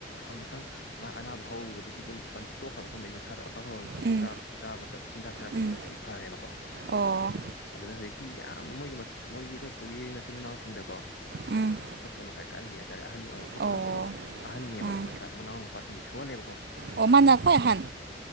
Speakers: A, on the left (about 65°); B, on the right (about 60°).
A: ꯑꯃꯨꯛꯇꯪ ꯃꯥ ꯑꯅꯥꯕ ꯍꯧꯔꯨꯕꯗꯒꯤ ꯑꯗꯨꯝ ꯀ ꯇꯣꯛꯈ꯭ꯔꯕ ꯃꯇꯨꯡꯗꯒꯤ ꯃꯁꯥꯗꯣ ꯑꯐꯐꯝ
B: ꯎꯝ
A: ꯆꯥꯛ ꯆꯥꯕꯗ ꯆꯤꯟꯖꯥꯛ ꯆꯥꯔꯛꯄ
B: ꯎꯝ
A: ꯃꯇꯝꯗ ꯑꯩ ꯐꯔꯦꯕꯀꯣ
B: ꯑꯣ
A: ꯑꯗꯨꯅ ꯍꯧꯖꯤꯛꯇꯤ ꯌꯥꯝꯅ ꯃꯣꯏꯒꯤ ꯃꯣꯏꯒꯤ ꯑꯩꯈꯣꯏ ꯄꯨꯈꯤ ꯃꯆꯤꯟ ꯃꯅꯥꯎꯁꯤꯡꯗꯀꯣ
B: ꯎꯝ
A: ꯄꯨꯟꯅ ꯈ꯭ꯋꯥꯏ ꯀꯜꯂꯤ ꯍꯥꯏꯇꯥꯔꯦ ꯑꯍꯟ ꯑꯣꯏ ꯑꯩꯈꯣꯏ
B: ꯑꯣ
A: ꯄꯨꯟꯅꯁꯨ ꯑꯍꯟꯅꯦꯕ
B: ꯎꯝ
A: ꯃꯆꯥ ꯃꯅꯥꯎ ꯅꯨꯄꯥꯁꯤꯡꯗꯤ ꯁꯣꯜꯂꯦꯕꯀꯣ
B: ꯑꯣ ꯃꯥꯅ ꯈꯣꯏ ꯑꯍꯥꯟ